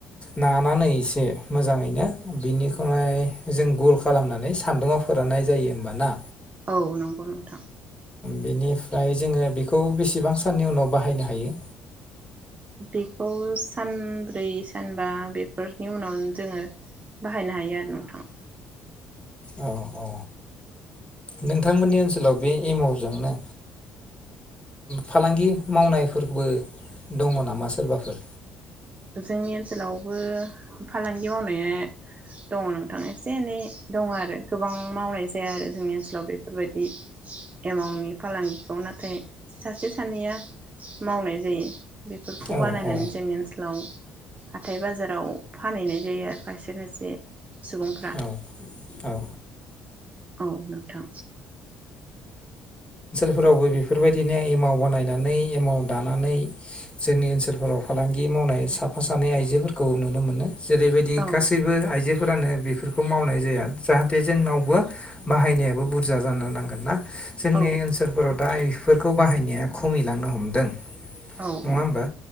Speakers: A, on the left; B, on the right.
A: नानानै एसे मोजाङैनो बिनिखाय जों गुल खालामनानै सान्दुंआव फोराननाय जायो होमबा ना?
B: औ नंगौ नोंथां।
A: बेनिफ्राय जोङो बेखौ बेसेबां साननि उनाव बाहायनो हायो?
B: बेखौ सानब्रै सानबा बेफोरनि उनाव जोङो बाहायनो हायो आरो नोंथां।
A: औ औ नोंथांमोननि ओनसोलाव बे एमवजोंनो फालांगि मावनायफोरबो दङ नामा सोरबाफोर?
B: जोंनि ओनसोलावबो फालांगि मावनाया दङ नोंथां एसे एनै दङ आरो गोबां मावनाय जाया आरो जोंनि ओनसोलाव बेफोरबायदि एमाउनि फालांगिखौ नाथाय सासे सानैया मावनाय जायो। बेफोरखौ
A: औ
B: बानायनानै
A: औ
B: जोंनि ओनसोल आव हाथाय बाजाराव फानहैनाय जायो आरो खायसे खायसे सुबुंफ्रा
A: औ औ
B: औ नोंथां
A: फोरावबो बेफोरबायदिनो एमाव बानायनानै एमाव दानानै जोंनि ओनसोलफोराव फालांगि मावनाय साब साफा सानै आइजोफोरखौ नुनो मोनो जेरैबायदि
B: औ
A: गासैबो आइजोफोरानो बि बेफोरखौ मावनाय जाया जाहाथे जोंनावबो बाहायनायाबो बुरजा जानो नां जोंनि
B: औ
A: ओनसोलफोराव दा बेफोरखौ। खौ बाहायनाया खमायलांनो हमदों।
B: औ
A: नङा
B: औ
A: होमबा